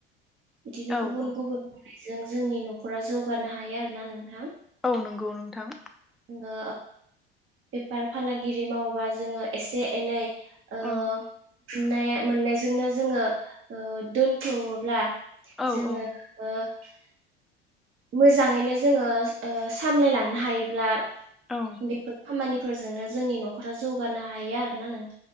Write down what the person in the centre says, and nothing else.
औ
औ
औ नोंगौ नोंथां
औ
औ
औ
औ